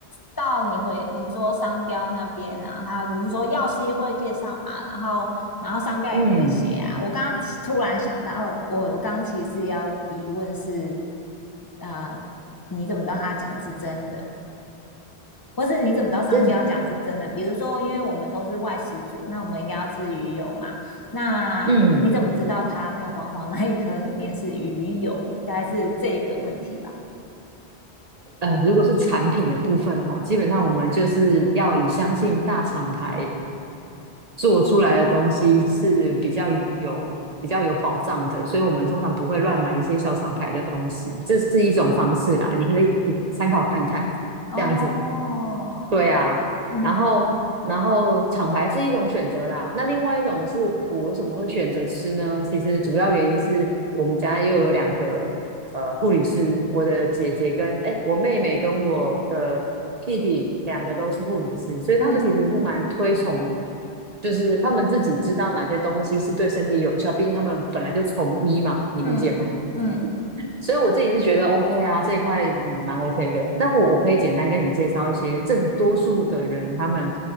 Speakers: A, on the left; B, on the right.
A: 到你回你说商标那边啊，他只是说药师会介绍嘛，然后然后商标也会写啊。
B: 嗯，
A: 我刚刚其突然想到，哦我我刚刚其实要疑问是，呃，你怎么知道他讲的是真的？或是你怎么知道商标讲是真的？
B: 这
A: 比如说，因为我们都是外食族，那我们应该要吃鱼油嘛？那你怎么知道它那个黄黄那一颗里面是鱼油？
B: 嗯
A: 大概是这一个问题吧。
B: 呃，如果是产品的部分哈，基本上我们就是要以相信大厂牌做出来的东西是比较有比较有保障的，所以我们通常不会乱买一些小厂牌的东西，这是一种方式啦，你可以参考看看，
A: 哦，
B: 这样子。对啊，
A: 嗯嗯
B: 然后然后厂牌是一种选择啦，那另外一种是我为什么会选择吃呢？其实主要原因是我们家又有两个呃护理师，我的姐姐跟哎我妹妹跟我的弟弟两个都是护理师，所以他们其实是蛮推崇，
A: 嗯
B: 就是他们自己知道哪些东西是对身体有效，毕竟他们本来就从医嘛，你理解吗？
A: 嗯嗯，
B: 所以我自己是觉得 OK 啊，这一块嗯蛮 OK 的。那我我可以简单跟你介绍一些，正多数的人他们